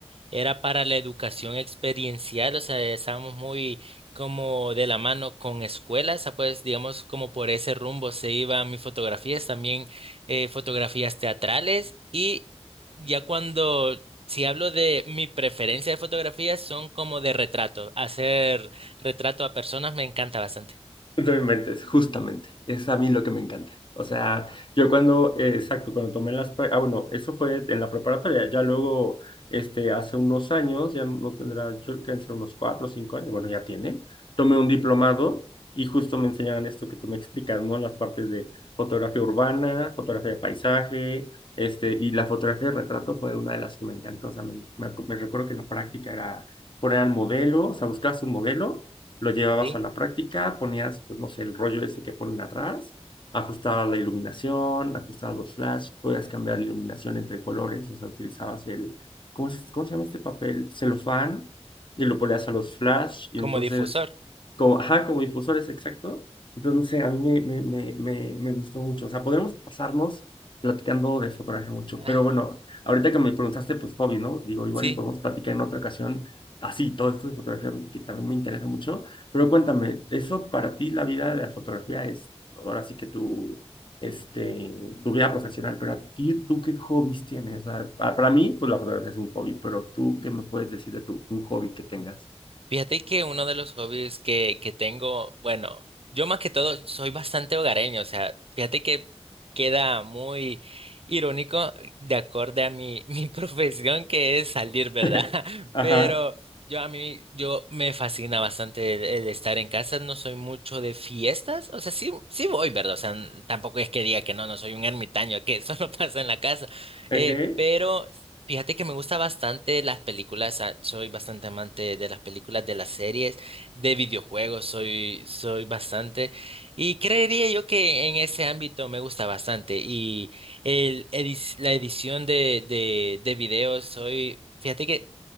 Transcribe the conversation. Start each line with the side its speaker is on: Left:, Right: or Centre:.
Right: era para la educación experiencial, o sea, estábamos muy como de la mano con escuelas, ah, pues digamos como por ese rumbo se iban mis fotografías, también eh, fotografías teatrales y ya cuando, si hablo de mi preferencia de fotografías, son como de retrato, hacer retrato a personas me encanta bastante,
Left: No inventes, justamente. Es a mí lo que me encanta. O sea, yo cuando, eh, exacto, cuando tomé las... pra- Ah, bueno, eso fue en la preparatoria. Ya luego, este, hace unos años, ya no tendrá, yo creo que ser unos cuatro o cinco años, bueno, ya tiene. Tomé un diplomado y justo me enseñaban esto que tú me explicas, ¿no? Las partes de fotografía urbana, fotografía de paisaje, este, y la fotografía de retrato fue una de las que me encantó. O sea, me, me, ac- me recuerdo que la práctica era poner al modelo, o sea, buscabas un modelo lo llevabas
Right: ¿sí?
Left: a la práctica, ponías, pues no sé, el rollo ese que ponen atrás, ajustabas la iluminación, ajustabas los flash, podías cambiar la iluminación entre colores, o sea, utilizabas el, ¿cómo se, cómo se llama este papel? Celofán, y lo ponías a los flash, y
Right: Como
Left: entonces,
Right: difusor.
Left: como, ajá, como difusores, exacto. Entonces, no sé, a mí me, me, me, me, me gustó mucho. O sea, podremos pasarnos platicando de fotografía mucho,
Right: Ah,
Left: pero bueno, ahorita que me preguntaste, pues hobby, ¿no? Digo, igual
Right: Sí.
Left: y podemos platicar en otra ocasión así, todo esto de fotografía que también me interesa mucho, pero cuéntame, eso para ti la vida de la fotografía es ahora sí que tu, este, tu vida profesional, pero a ti, ¿tú qué hobbies tienes? O sea, pa- para mí, pues la fotografía es un hobby, pero tú, ¿qué me puedes decir de tu, un hobby que tengas?
Right: Fíjate que uno de los hobbies que, que tengo, bueno, yo más que todo soy bastante hogareño, o sea, fíjate que queda muy irónico de acorde a mi, <laughs> mi profesión que es salir, ¿verdad?
Left: <laughs>
Right: <laughs>
Left: Ajá,
Right: Pero yo a mí, yo me fascina bastante el, el estar en casa, no soy mucho de fiestas, o sea, sí, sí voy, ¿verdad? O sea, n- tampoco es que diga que no, no soy un ermitaño, que <laughs> eso no pasa en la casa, eh,
Left: ok.
Right: pero Fíjate que me gusta bastante las películas, ah, soy bastante amante de las películas, de las series, de videojuegos, soy, soy bastante. Y creería yo que en ese ámbito me gusta bastante. Y el edis- la edición de, de, de videos, soy, fíjate que